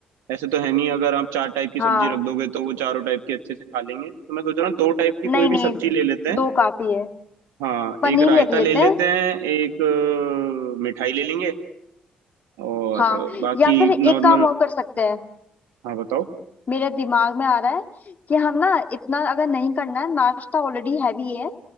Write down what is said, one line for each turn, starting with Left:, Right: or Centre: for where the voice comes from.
Right: ऐसे तो है नहीं अगर आप चार टाइप की सब्जी
Left: हाँ
Right: रख दोगे तो वो चारों टाइप की अच्छे से खा लेंगे तो मैं सोच रहा हूँ दो टाइप की
Left: नहीं
Right: कोई भी
Left: नहीं
Right: सब्जी ले लेते हैं
Left: दो काफी है
Right: हाँ
Left: पनीर
Right: एक रायता
Left: लिख लेते
Right: ले लेते
Left: हैं
Right: हैं एक अ, मिठाई ले लेंगे और
Left: हाँ
Right: अ, बाकी
Left: या फिर एक
Right: नॉर्मल
Left: काम और कर सकते हैं
Right: हाँ बताओ
Left: मेरे दिमाग में आ रहा है कि हम ना इतना अगर नहीं करना है नाश्ता ऑलरेडी हैवी है